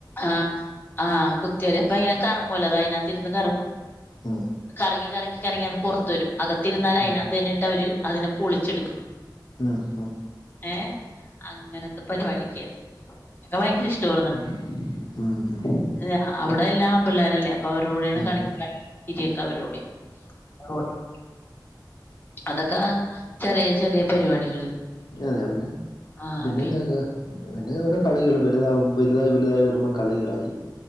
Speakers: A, on the left; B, on the left.
A: ആഹ് ആഹ് കുത്തിയെറി അപ്പൊ ഇങ്ങനെ കറങ്ങൊല്ലോ അതയ്നകത്തിരുന്ന് കറങ്ങും.
B: ഉം
A: കറങ്ങി കറങ്ങി കറങ്ങി അത് പുറത്ത് വരും. അകത്തിരുന്നാല്
B: ഉം
A: അയിനകത്തന്നെ ഇട്ടവര് അതിനെ പൊളിച്ചെടുക്കും.
B: ഉം ഹും.
A: ഏഹ് അങ്ങനത്തെ പരിപാടിയൊക്കെയാര്ന്ന്. അതൊക്കെ ഭയങ്കര ഇഷ്ടവാ
B: ഉം
A: ഏഹ് അവിടെ എല്ലാം ആമ്പിള്ളേരല്ലേ അപ്പൊ അവർടെ കൂടെണ്
B: ഉം ഉം
A: കളിക്ക. ഇടിയൊക്കെ അവരോടെ <unintelligible> അതൊക്ക ചെറിയ ചെറിയ പരിപാടികള്
B: അതെ പിന്നെ
A: ആ
B: പിന്നെ
A: പി
B: എന്നാക്കാ? പിന്നെ ഓരോ കളികള് വലുതാകും വലുതായി വലുതായി വരുമ്പം കളികളായി.